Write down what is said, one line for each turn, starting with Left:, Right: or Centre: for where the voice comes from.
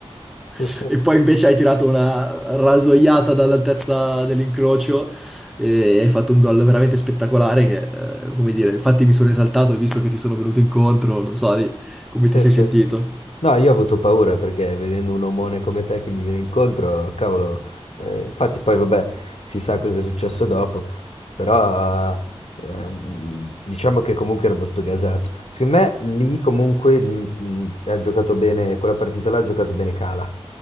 Centre: <laughs>
Left: Sì, sì.
Centre: e poi invece hai tirato una rasoiata dall'altezza dell'incrocio e hai fatto un gol veramente spettacolare che, eh, come dire, infatti mi sono esaltato e visto che ti sono venuto incontro, non so lì, come
Left: sì,
Centre: ti sei
Left: sì.
Centre: sentito.
Left: No, io ho avuto paura perché vedendo un omone come te che mi viene incontro, cavolo, eh, infatti poi vabbè, si sa cosa è successo dopo, però ehm, diciamo che comunque ero molto gasato. Secondo me lì comunque mh, mh, ha giocato bene, quella partita là ha giocato bene Cala.